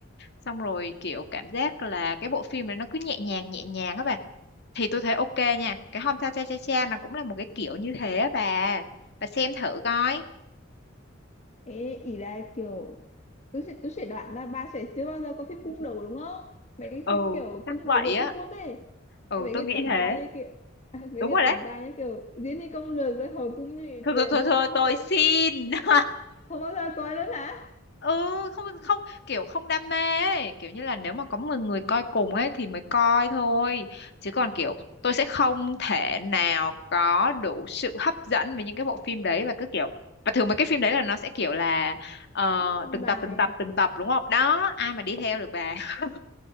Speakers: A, on the left; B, on the left.
A: xong rồi kiểu cảm giác là cái bộ phim này nó cứ nhẹ nhàng nhẹ nhàng á bà thì tôi thấy ok nha cái Hôm Cha Cha Cha Cha nó cũng là một cái kiểu như thế á bà bà xem thử coi
B: ế, ý là kiểu tôi sẽ tôi sẽ đoán là bà sẽ chưa bao giờ có phim cung đấu đúng không? Mấy cái
A: ừ
B: phim kiểu
A: chắc
B: cung
A: vậy
B: đấu của
A: á
B: Trung Quốc ấy.
A: ừ
B: Cái Mấy
A: tôi
B: cái
A: nghĩ
B: tập
A: thế
B: dài như kiểu <laughs> à, mấy
A: đúng
B: cái
A: rồi
B: tập
A: đấy
B: dài như kiểu diễn đi công lược với hồi cung như
A: thôi
B: truyền
A: thôi thôi,
B: rồi
A: thôi
B: bà không
A: tôi
B: bao giờ
A: xin <laughs>
B: không bao giờ coi luôn hả?
A: ừ không không kiểu không đam mê ấy kiểu như là nếu mà có 10 người coi cùng ấy thì mới coi thôi chứ còn kiểu tôi sẽ không thể nào có đủ sự hấp dẫn với những cái bộ phim đấy và cứ kiểu và thường mấy cái phim đấy là nó sẽ kiểu là ờ,
B: Ừ, nó
A: từng
B: Dài
A: tập từng tập từng tập đúng không đó ai mà đi theo được bà <laughs>